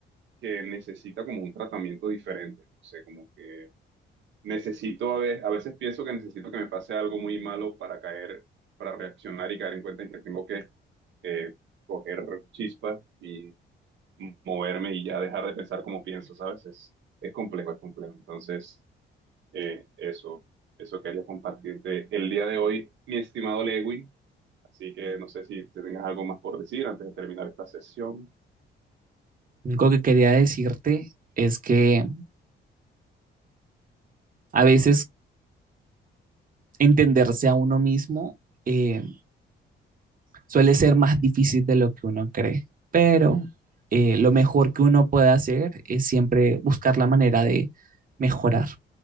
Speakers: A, on the right; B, on the right.
A: que necesita como un tratamiento diferente, o sea, como que necesito a veces, a veces pienso que necesito que me pase algo muy malo para caer, para reaccionar y caer en cuenta en que tengo que... eh, coger chispa y moverme y ya dejar de pensar como pienso, ¿sabes? Es, es complejo, es complejo. Entonces, eh, eso, eso quería compartirte el día de hoy, mi estimado Lewin. Así que no sé si te tengas algo más por decir antes de terminar esta sesión.
B: Lo único que quería decirte es que a veces entenderse a uno mismo eh, suele ser más difícil de lo que uno cree, pero eh, lo mejor que uno puede hacer es siempre buscar la manera de mejorar.